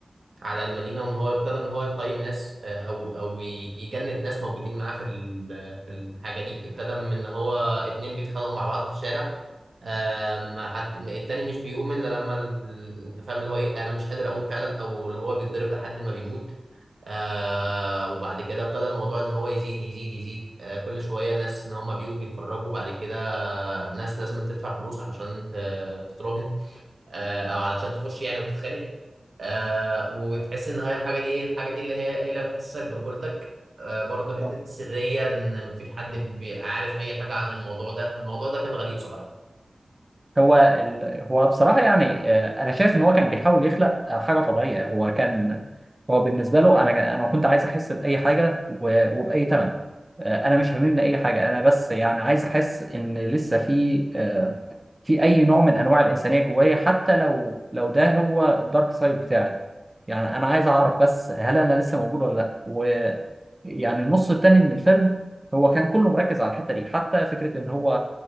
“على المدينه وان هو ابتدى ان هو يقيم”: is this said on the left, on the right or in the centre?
Right